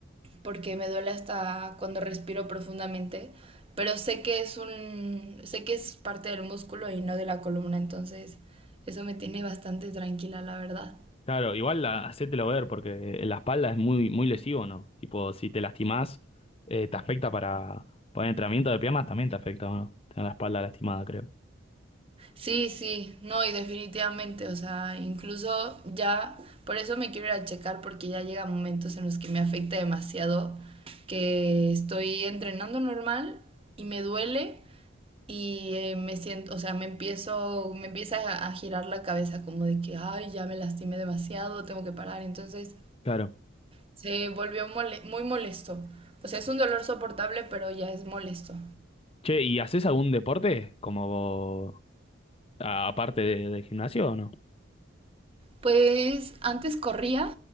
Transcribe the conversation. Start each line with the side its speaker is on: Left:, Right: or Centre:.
Right: porque me duele hasta cuando respiro profundamente, pero sé que es un, sé que es parte del músculo y no de la columna, entonces eso me tiene bastante tranquila, la verdad.
Left: Claro, igual la, hacételo ver, porque en la espalda es muy, muy lesivo, ¿no? Tipo, si te lastimás, eh, te afecta para, para el entrenamiento de piernas, también te afecta, ¿o ¿no? Tener la espalda lastimada, creo.
Right: Sí, sí, no, y definitivamente, o sea, incluso ya, por eso me quiero ir a checar porque ya llega momentos en los que me afecta demasiado, que estoy entrenando normal y me duele, y eh, me siento, o sea, me empiezo, me empieza a, a girar la cabeza como de que, ay, ya me lastimé demasiado, tengo que parar. Entonces
Left: Claro.
Right: se volvió mole- muy molesto. O sea, es un dolor soportable, pero ya es molesto.
Left: Che, ¿y haces algún deporte? Como, a- aparte de- del gimnasio o no?
Right: Pues antes corría,